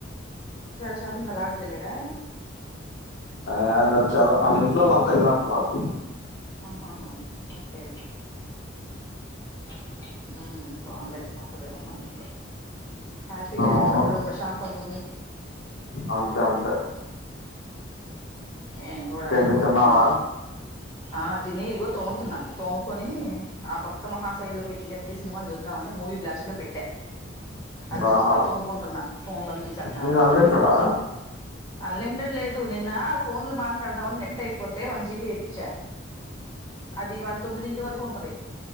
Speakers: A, on the left; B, on the left.
A: శబ కలడు తెలడా
B: ఆ వచ్చారు వాళ్ళ ఇంట్లో వాళ్ళుంతా వెళ్ళినట్టున్నారు
A: ఆహాహా ఓకే ఉ ఉ పోలే ఒకటి రన్నాట్లో హ్యాపీ లేరా
B: అవును
A: ఒకక్కడోజ ప్రశాంత మమమి
B: అంతే అంతే
A: ఏ కూడా
B: ఇంకేంటి
A: అదే ఒక్కదానే
B: తిన్నావా
A: ఆ తిిన ఇగో త తోముకొని ఆ భక్త మహాశైలకు విజ్ఞప్తి సినిమా చూద్దాంమని మూవీ బ్లాస్ట్ లో పెట్ టె అది చూస్తా
B: ఆహా
A: తోముకుంటున్నా ఫోన్ లోనే చూసేస్తున్నా
B: నీది
A: ఒకదాన్ని
B: అన్లిమిటెడా
A: కదా అన్లిమిటెడ్ లేదు నిన్న ఫోన్లు మాట్లాడదాంని నెట్ అయిపోతే వన్ జీబి ఏపీచ్చా అది వాళ్ళ తొమ్మిది ఇంటి వరకు ఉంటది